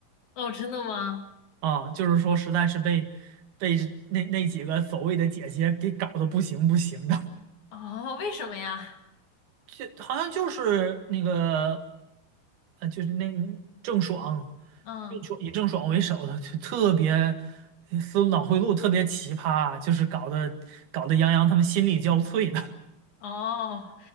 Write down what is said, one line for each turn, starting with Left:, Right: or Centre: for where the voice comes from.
Left: 哦，真的吗？
Right: 啊，就是说实在是被被这那那几个所谓的姐姐给搞得不行不行的，
Left: 哦，为什么呀？
Right: 就好像就是那个呃，就是那郑爽，
Left: 嗯，
Right: 郑爽以郑爽为首的，就特别思路脑回路特别奇葩，就是搞得搞得杨洋他们心力交瘁的
Left: 哦，